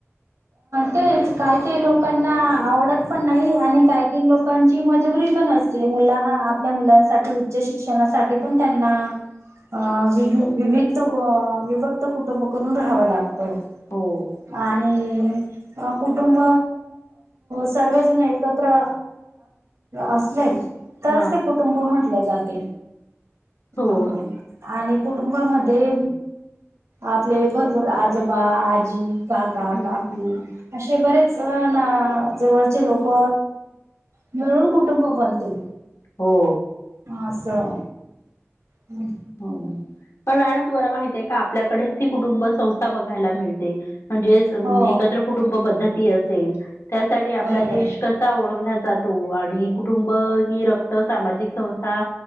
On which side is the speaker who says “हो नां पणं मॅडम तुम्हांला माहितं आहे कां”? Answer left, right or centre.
Left